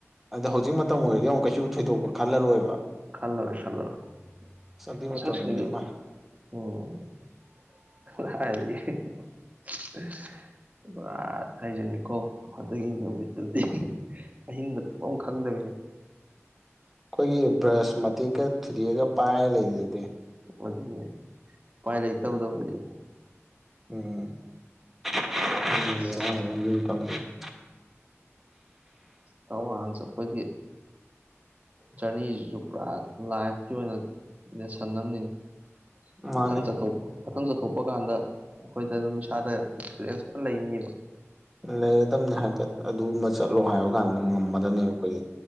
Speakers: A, in the centre; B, on the right (about 30°).
A: ꯑꯗꯣ ꯍꯧꯖꯤꯛ ꯃꯇꯝ ꯑꯣꯏꯔꯗꯤ ꯑꯃꯨꯛ ꯀꯩꯁꯨ ꯊꯣꯏꯗꯣꯛꯄ ꯈꯜꯂꯔꯣꯏꯕ
B: ꯈꯜꯂꯔ‌ꯣꯏ ꯈꯜꯂꯔ‌ꯣꯏ
A: ꯑꯁ ꯑꯗꯨꯏ
B: ꯃꯁꯛꯁꯤꯡꯗꯨ
A: ꯃꯇꯝꯗꯤ ꯏꯃꯥꯏ
B: ꯎꯝ ꯀꯗꯥꯏꯗꯒꯤ ꯄꯨꯔꯥ ꯍꯥꯏꯖꯅꯤꯀꯣ ꯑꯗꯨꯒꯤ ꯅꯨꯃꯤꯠꯇꯨꯗꯤ ꯑꯍꯤꯡꯒ ꯇꯨꯝꯕꯝ ꯈꯪꯗꯕꯤꯅꯤ
A: ꯑꯩꯈꯣꯏꯒꯤ ꯕ꯭ꯔꯁ ꯃꯇꯦꯛꯀ ꯊꯨꯗꯤꯦꯛꯑꯒ ꯄꯥꯏꯔ ꯂꯩꯕ
B: ꯑꯗꯨꯅꯦ ꯄꯥꯏ ꯂꯩꯇꯕꯗꯣ ꯈ‌ꯣꯏꯗꯤ
A: <unintelligible>
B: ꯑꯁ ꯇꯥꯋꯥꯡ ꯆꯠꯄꯒꯤ ꯖꯔꯅꯤꯖꯤꯖꯨ ꯄꯨꯔꯥ ꯂꯥꯏꯐꯀꯤ ꯑꯣꯏꯅ ꯂꯦꯁꯟꯑꯝꯅꯤꯅꯦ
A: ꯃꯥꯅꯦ
B: ꯃꯊꯪ ꯆꯠꯊꯣꯛꯄ ꯃꯊꯪ ꯆꯠꯊꯣꯛꯄ ꯀꯥꯟꯗ ꯑꯩꯈꯣꯏꯗ ꯑꯗꯨꯝ ꯏꯁꯥꯗ ꯑꯦꯛꯁꯄꯤꯔꯤꯌꯦꯟꯁ ꯐꯥꯅ ꯂꯩꯅꯤꯕ
A: ꯂꯩꯔꯗꯝꯅꯤ ꯍꯥꯏꯐꯦꯠ ꯑꯗꯨꯃ ꯆꯠꯂꯣ ꯍꯥꯏꯕ ꯀꯥꯟꯗ ꯑꯗꯨꯝ ꯉꯝꯃꯗꯕꯅꯦꯕ ꯑꯩꯈꯣꯏ